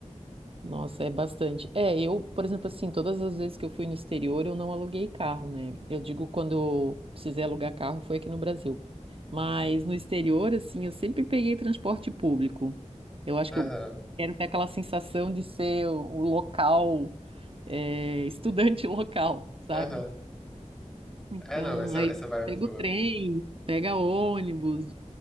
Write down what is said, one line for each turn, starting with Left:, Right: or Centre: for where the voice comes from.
Right: nossa, é bastante. É, eu, por exemplo, assim, todas as vezes que eu fui no exterior, eu não aluguei carro, né? Eu digo quando eu precisei alugar carro foi aqui no Brasil. Mas no exterior, assim, eu sempre peguei transporte público. Eu acho
Centre: Aham,
Right: que eu quero ter aquela sensação de ser o o local, é, <laughs> estudante local, sabe?
Centre: aham.
Right: Então,
Centre: É, não, essa,
Right: aí
Centre: essa vibe é
Right: pega
Centre: muito
Right: o
Centre: boa.
Right: trem, pega ônibus,